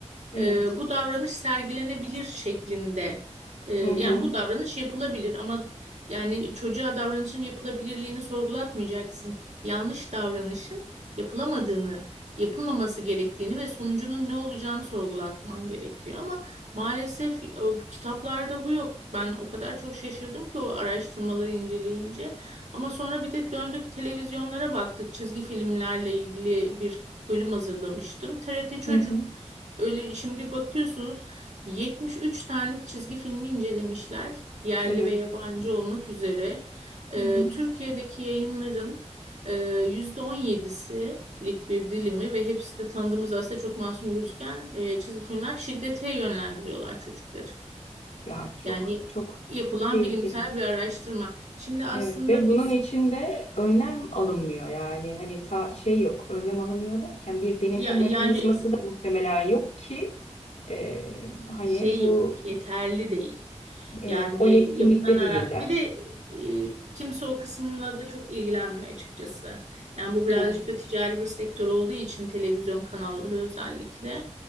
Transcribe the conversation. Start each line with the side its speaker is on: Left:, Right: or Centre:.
Left: Evet.
Right: Ee, bu davranış sergilenebilir şeklinde. Ee, yani
Left: Hı hı.
Right: bu davranış yapılabilir ama yani çocuğa davranışın yapılabilirliğini sorgulatmayacaksın. Yanlış davranışın yapılamadığını, yapılmaması gerektiğini ve sonucunun ne olacağını sorgulatman gerekiyor. Ama maalesef e, bu kitaplarda bu yok. Ben o kadar çok şaşırdım ki o araştırmaları inceleyince. Ama sonra bir de döndük televizyonlara baktık. Çizgi filmlerle ilgili bir bölüm hazırlamıştım. TRT Çocuk
Left: Hı hı.
Right: öyle şimdi bakıyorsunuz 73 tane çizgi filmi incelemişler. Yerli
Left: Evet.
Right: ve yabancı olmak üzere.
Left: Hı
Right: Ee,
Left: hı.
Right: Türkiye'deki yayınların e, %17'silik bir dilimi ve hepsi de tanıdığımız aslında çok masum gözüken e, çizgi filmler şiddete yönlendiriyorlar çocukları.
Left: Ya çok
Right: Yani
Left: çok
Right: yapılan
Left: çok tehlikeli
Right: bilimsel bir araştırma. Şimdi aslında
Left: Evet ve bunun
Right: biz
Left: içinde önlem alınmıyor yani hani ta şey yok önlem alınmıyor derken bir denetim
Right: ya, yani
Left: mekanizması da muhtemelen yok ki e, hani
Right: şey
Left: bu
Right: yok, yeterli değil.
Left: evet
Right: Yani
Left: o yetkinlikte
Right: yapılan
Left: değiller.
Right: ara bir de e, kimse o kısımla da çok ilgilenmiyor açıkçası. Yani bu birazcık
Left: Evet.
Right: da ticari bir sektör olduğu için televizyon kanalları özellikle